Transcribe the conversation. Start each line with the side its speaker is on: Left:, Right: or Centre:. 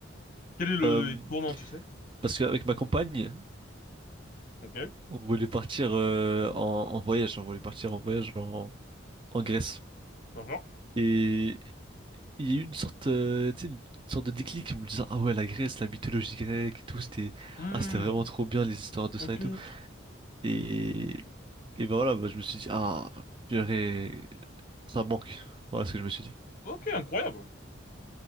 Left: Quel est le
Right: Euh,
Left: tournant, tu sais?
Right: parce qu'avec ma compagne,
Left: Ok.
Right: on voulait partir euh, en, en voyage. On voulait partir en voyage en, en Grèce.
Left: D'accord.
Right: Et il y a eu une sorte, euh, tu sais, une sorte de déclic en me disant, ah ouais, la Grèce, la mythologie grecque et tout, c'était,
Left: Hmm,
Right: ah, c'était vraiment trop bien les histoires de
Left: ok.
Right: ça et tout. Et, et ben voilà, bah, je me suis dit, ah, j'aurais, ça manque. Voilà ce que je me suis dit.
Left: Ok, incroyable.